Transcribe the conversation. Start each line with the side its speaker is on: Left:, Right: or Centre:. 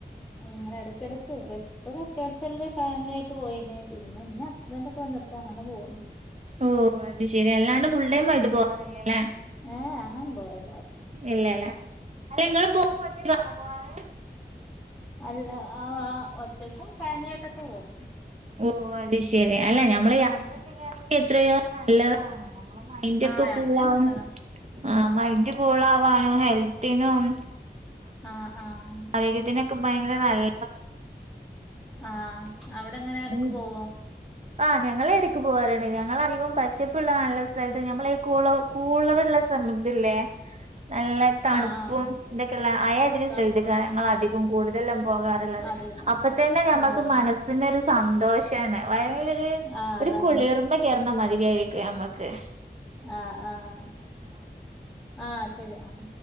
Left: ഇങ്ങനെ എടക്കെടുക്ക്‌ വെ ഇപ്പൊ വെക്കേഷനില് ഫാമിലി ആയിട്ട് പോയിന്, പിന്നെ ഇഞ്ഞ് ഹസ്ബൻ്റ് ഒക്കെ വന്നിട്ട് അങ്ങനെ പോകുള്ളു.
Right: ഓ അത് ശെരി അല്ലാണ്ട് ഫുൾ ടൈം ആയിട്ട് പോവാറില്ലേ ഇല്ലേ
Left: ഏഹ് അങ്ങനെന്നും പോവയില്ല
Right: ഇല്ല ഇല്ല അല്ല നിങ്ങള് പോകുമ്പോ ഒറ്റക്കാണോ പോവാറ്?
Left: അല്ല, ആ ഒറ്റക്കും ഫാമിലി ആയി ട്ടൊക്കെ പോവും.
Right: ഓ അത് ശരി അല്ല നമ്മള് യാത്ര
Left: ഉം
Right: ചെയ്യാനെങ്കിൽ എത്രയോ നല്ലതാണ്. നമ്മളെ മൈൻഡ് ഒക്കെ
Left: ആഹ് യാത്ര
Right: കൂൾ
Left: ചെയ്യുന്നത്
Right: ആവാൻ
Left: നല്ലതാ ആഹ്
Right: മൈൻഡ്
Left: ആഹ്
Right: കൂള ആവാനും ഹെൽത്തിനും
Left: ആഹ് ആഹ്
Right: ആരോഗ്യത്തിനൊക്കെ ഭയങ്കര നല്ല
Left: ആഹ് അവിടെ എങ്ങനെ എടക്ക്
Right: ഉം
Left: പോവോ?
Right: ആഹ് ഞങ്ങള് എടക്ക് പോവാറ്ണ്ട് ഞങ്ങള അധികം പച്ചപ്പുള്ള നല്ല സ്ഥലത്ത് നമ്മള ഈ കൂളോ കൂളറുള്ള സമയത് ല്ലേ നല്ല തണുപ്പും
Left: ആഹ് ആഹ്
Right: ഇതൊക്കെയള്ള അയാതിരി
Left: തണുപ്പുള്ള
Right: സ്തൽത് അധികം കൂടുതലും പോകാറുള്ളത്
Left: അതെ
Right: അപ്പൊ തന്നെ ഞമ്മക്ക്
Left: ആഹ്
Right: മനസ്സിനു ഒരു സന്തോഷാണ്. ഭയങ്കൊരു
Left: ആഹ്
Right: ഒരു
Left: അതാണ്.
Right: കുളിർമ കേറുന്ന മതികായിരിക്കും നമ്മക്ക്.
Left: ആഹ് ആഹ് ആഹ് ശരി ആഹ്